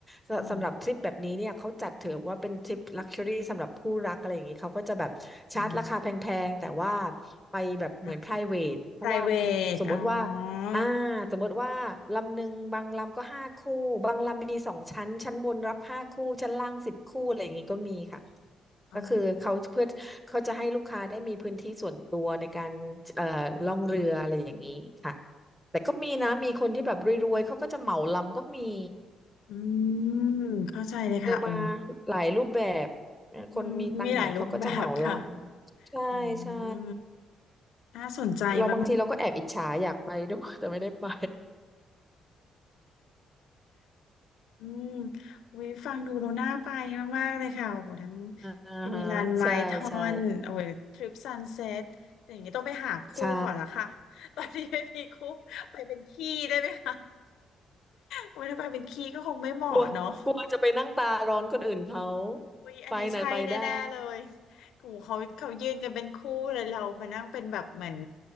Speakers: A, in the centre; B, on the left.
A: สสำหรับทริปแบบนี้เนี่ยเขาจัดถือว่าเป็นทริปลักชัวรี่สำหรับผู้รักอะไรอย่างงี้เขาก็จะแบบชาร์จราคาแพงๆแต่ว่า
B: อ๋อ อืม
A: ไปแบบเหมือน
B: ค่ะ
A: private เพราะว่ามันสมมติว่า
B: private อ๋อ
A: อ่าสมมติว่าลำหนึ่งบางลำก็ห้าคู่บางลำมีสองชั้นชั้นบนรับห้าคู่ชั้นล่างสิบคู่อะไรอย่างงี้ก็มีค่ะ
B: อ๋อ
A: ก็คือเขาเพื่อเขาจะให้ลูกค้าได้มีพื้นที่ส่วนตัวในการเอ่อล่องเรืออะไรอย่างนี้ค่ะแต่ก็มีนะมีคนที่แบบรวยๆเขาก็จะเหมาลำก็มี
B: อืมเข้าใจเลยค่ะอ๋อ
A: เจอมาหลายรูปแบบเอ่อคนมีตังค์หน่อยเขาก็จะเหมาลำใช่ใช่
B: อืมมีหลายรูปแบบค่ะอืมน่าสนใจมาก
A: เราบางทีเราก็แอบอิจฉาอยากไปด้วยแต่ไม่ได้ไป
B: ๆอืมวิฟังดูโลน่าไปมากๆเลยค่ะโอ้โหทั้ง
A: อ่าฮะใช่ใช่
B: ซิมิลันไมทอนโอ้ยเซตแต่อย่างนี้ต้องไปหาคู่ก่อนละค่ะ
A: ใช่
B: <laughs> ตอนนี้ไม่มีคู่ไปเป็นขี้ได้ไหมคะโอ้ยถ้าไปเป็นขี้ก็คงไม่เหมาะเนาะ
A: กลัวกลัวจะไปนั่งตาร้อนคนอื่นเขา
B: อุ๊ยอันนี้ใช่แน่ๆเลย
A: ไปน่ะไปได้
B: กูเขาเขายืนกันเป็นคู่เลยเรามานั่งเป็นแบบเหมือน